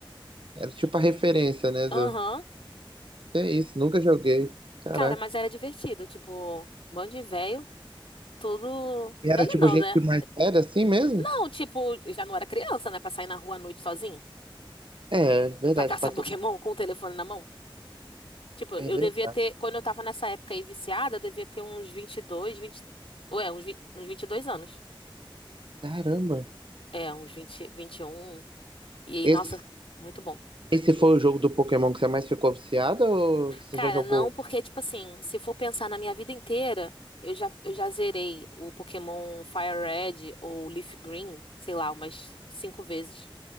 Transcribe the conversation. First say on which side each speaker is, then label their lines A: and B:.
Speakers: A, on the right; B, on the left.
A: Era tipo a referência, né?
B: Aham.
A: Do... Que é isso, nunca joguei. Caraca.
B: Cara, mas era divertido, tipo, bando de velho, tudo.
A: E
B: Velho
A: era tipo
B: não,
A: gente
B: né?
A: mais velha assim mesmo?
B: Não, tipo, já não era criança, né? Pra sair na rua à noite sozinho,
A: É, verdade,
B: pra caçar
A: pra todo...
B: <laughs> Pokémon com o telefone na mão. Tipo, eu
A: É verdade.
B: devia ter, quando eu tava nessa época aí viciada, eu devia ter uns 22, 20. Ué, uns, vi- uns 22 anos.
A: Caramba.
B: É, uns vinte vinte e um E aí,
A: Esse,
B: nossa, muito bom.
A: esse foi o jogo do Pokémon que você mais ficou viciado ou você
B: Cara,
A: já jogou?
B: não, porque, tipo assim, se for pensar na minha vida inteira, eu já, eu já zerei o Pokémon Fire Red ou Leaf Green, sei lá, umas cinco vezes.